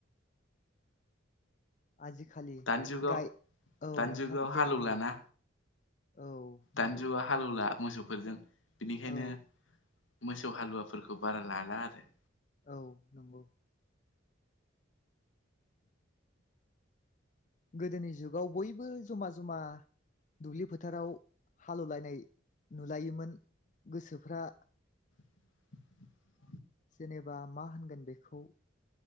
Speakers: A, on the left; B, on the left.
A: आजिखालि
B: दानिजुगाव
A: गाय औ
B: दानिजुगाव
A: नोंथां
B: हालौलाना
A: दे बुं औ नंगौ
B: दान जुगआ हालौला मोसौफोरजों बिनिखायनो
A: औ
B: मोसौ हालुवाफोरखौ बारा लाला आरो
A: औ नंगौ। गोदोनि जुगाव बयबो जमा जमा दुब्लि फोथाराव हालेवलायनाय नुलायोमोन गोसोफ्रा
B: <unintelligible>
A: जेनेबा मा होनगोन बेखौ